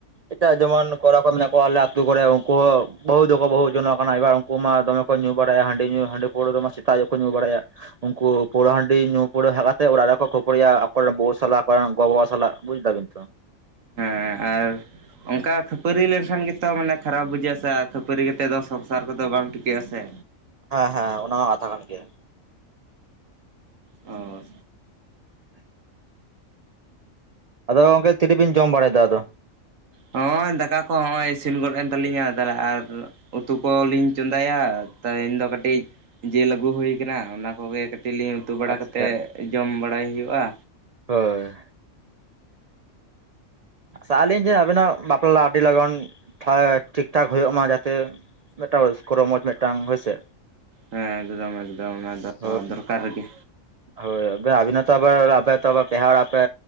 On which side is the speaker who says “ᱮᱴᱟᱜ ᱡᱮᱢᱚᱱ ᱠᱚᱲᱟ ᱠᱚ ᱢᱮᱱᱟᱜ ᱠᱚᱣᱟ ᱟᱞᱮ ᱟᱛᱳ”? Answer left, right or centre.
Right